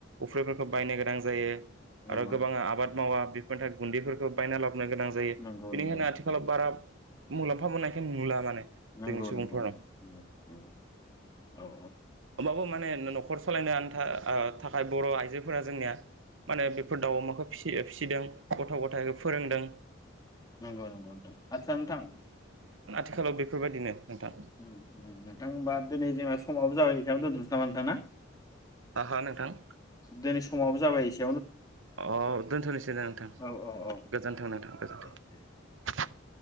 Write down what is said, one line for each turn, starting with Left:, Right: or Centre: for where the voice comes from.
Right: उफ्रिफोरखो बायनो गोनां जायो
Left: नंगौ
Right: आरो
Left: नोंथां
Right: गोबाङा आबाद मावा बि फोरनिथा गुन्दैफोरखौ बायना लाब नो गोनां जायो,
Left: नंगौ
Right: बेनिखायनो
Left: नंगौ नोंथां
Right: आथिखालाव बारा मुलाम्फा मोननायखो नुला माने।
Left: नोंगौ
Right: जोंनि सुबुंफोरनाव
Left: नोंगौ नोंथां नोंगौ नोंगौ औ औ।
Right: ओमबाबो माने नो नखर सलायनो आन्था ओ थाखाय बर' आइजोफोरा जोंनिया मा होनो बेफोर दाउ, अमाखो फिसियो फिसिदों गथ' गथायखौ फोरोंदों।
Left: नोंगौ नोंगौ नोंथां आतसा नोंथां
Right: खालाव बेफोरबायदिनो नोंथां
Left: उम उम नोंथां होमबा दिनै जोङो समाबो जाबाय नोंथां, दोनथ'नोसै नामा नोंथां ना?
Right: आह हा नोंथां?
Left: दिनै समाबो जाबाय एसे
Right: अह दोनथ'नोसै ना नोंथां
Left: औ औ औ
Right: गोजोनथों नोंथां गोजोनथों।
Left: दे दे